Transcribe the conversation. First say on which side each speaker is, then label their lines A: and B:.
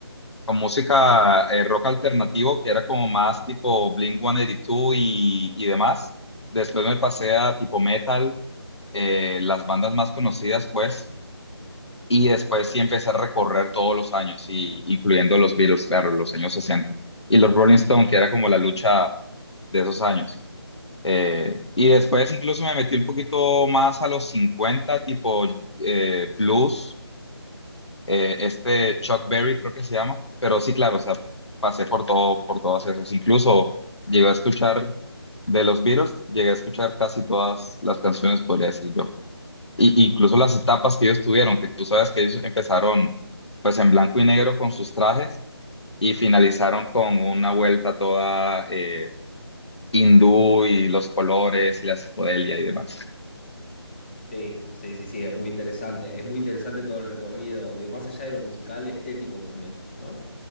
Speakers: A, on the left; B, on the left.
A: con música eh, rock alternativo, que era como más tipo Blink-182 y, dos y y demás, después me pasé a tipo metal, eh, las bandas más conocidas, pues, y después sí empecé a recorrer todos los años, y, incluyendo los Beatles, claro, los años 60 y los Rolling Stone, que era como la lucha de esos años. Eh, y después incluso me metí un poquito más a los 50 tipo eh, Plus, eh, este Chuck Berry creo que se llama, pero sí, claro, o sea, pasé por todo, por todos esos. Incluso llegué a escuchar de los Beatles, llegué a escuchar casi todas las canciones, podría decir yo. Y, incluso las etapas que ellos tuvieron, que tú sabes que ellos empezaron pues en blanco y negro con sus trajes y finalizaron con una vuelta toda eh, hindú y los colores y la psicodelia y demás.
B: Sí, sí, sí, sí, es muy interesante. Es muy interesante todo el recorrido, digo, más allá de lo musical, estético también, ¿no?